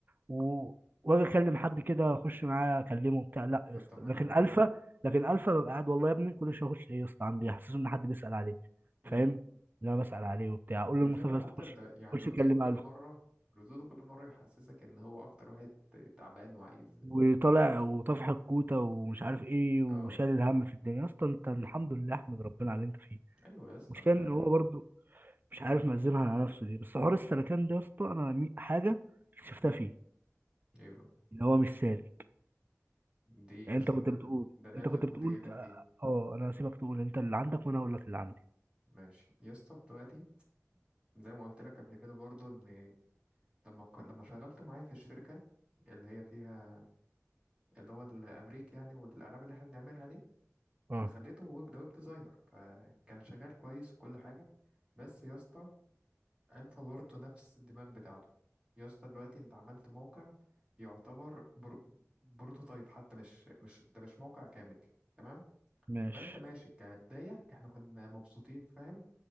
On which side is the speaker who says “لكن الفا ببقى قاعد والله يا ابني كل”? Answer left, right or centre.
Right